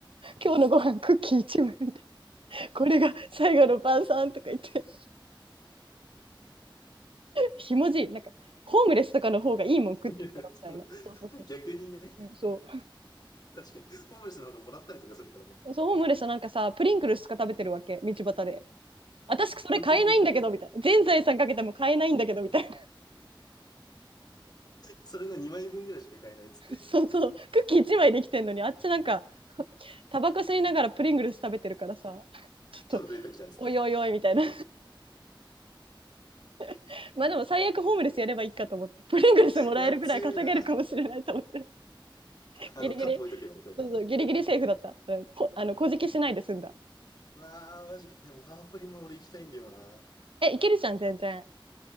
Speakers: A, on the right; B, on the left.
A: 今日のご飯クッキー1枚みたいなこれが最後の晩餐とか言って。ひもじいなんかホームレスとかの方がいいもん食ってるだろみたいなそうそうそ
B: <laughs> いやその逆にね、
A: う,、うん、そ
B: 確かに、ホームレスの方がもらったりとかするからね、
A: うそうホームレスはなんかさプリンクルスとか食べてるわけ道端で私それ買えないんだけどみたいな全財産かけても買えないんだけどみたいな
B: 高級品じゃん。それの2枚分ぐらいしか買えないっつって、
A: <laughs> そうそうクッキー1枚できてんのにあっちなんかタバコ吸いながらプリングルス食べてるからさちょっと
B: 超贅沢じゃんっつって。
A: おいおいおいみたいな <laughs> まあでも最悪ホームレスやればいいかと思ってプリングルスもらえるぐらい稼げるかもしれないと思って
B: いや、強いな。あ
A: <laughs> ギリギリ
B: の、カップ置いとけばね、こうやって。
A: そうそうギリギリセーフだった、うん、こあの小じきしないで済んだ
B: わあ、マジか。でも、ワーホリも俺行きたいんだよな。
A: えいけるじゃん全然